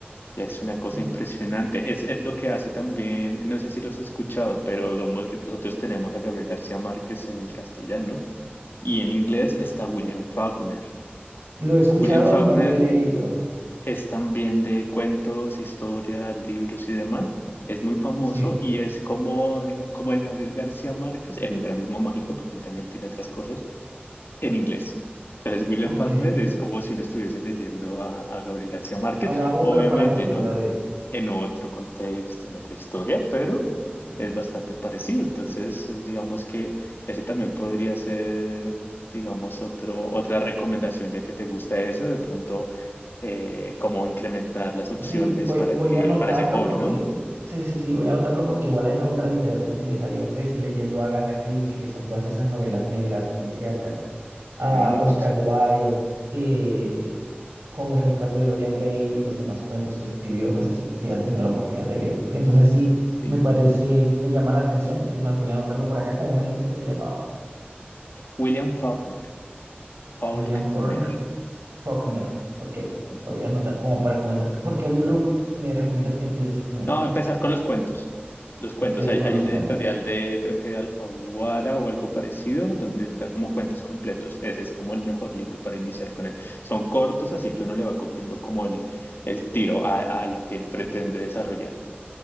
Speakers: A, on the left; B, on the right.
A: ya es una cosa
B: Entonces,
A: impresionante. Es, es lo que hace también, no sé si los has escuchado, pero digamos que nosotros tenemos a Gabriel García Márquez en el castellano y en inglés está William Faulkner.
B: lo he escuchado,
A: William Faulkner
B: no lo he leído.
A: es también de cuentos, historias, libros y demás. Es muy famoso
B: Sí,
A: y es como, diga- como el Gabriel García Márquez en el realismo mágico, porque él también tiene otras cosas, en inglés. Entonces, William
B: ok.
A: Faulkner es como si uno estuviese leyendo a, a Gabriel García Márquez,
B: A Gabo,
A: obviamente,
B: pero para la cultura
A: ¿no?
B: de
A: En otro contexto, en otra historia, pero
B: Sí,
A: es bastante parecido. Entonces, eh, digamos que ese también podría ser, digamos, otro, otra recomendación, ya que te gusta esa, de pronto eh, cómo incrementar las opciones
B: Sí, y voy,
A: para
B: voy
A: que,
B: a anotarlo
A: para ese joven,
B: porque,
A: ¿no?
B: sí, sí, sí, voy a anotarlo porque igual a mí me gusta la literatura inglesa. Yo crecí leyendo a Agatha Christie, que son todas esas novelas negras, policíacas, a
A: Mm,
B: Oscar
A: sí,
B: Wilde, eh, con el retrato de Dorian Gray y los demás cuentos que escribió. No sé si, si has tenido la oportunidad de leerlos. Entonces sí,
A: sí.
B: me parece, me llama la atención. Y es más, voy a anotarlo por acá, como me dijiste que se llamaba,
A: William Faulkner. Faulkner.
B: William Faulkner. Faulkner. Ok,
A: Ajá.
B: lo voy a anotar como para comenzar. ¿Por qué libro me recomiendas que empiece con él?
A: No, empezar con los cuentos. Los cuentos.
B: Ok,
A: Hay,
B: con
A: hay
B: los
A: una
B: cuentos.
A: editorial de, creo que de Alfaguara o algo parecido, donde está como cuentos completos. Ese es como el mejor libro para iniciar con él. Son cortos, así que uno le va cogiendo como el, el tiro a, a lo que él pretende desarrollar.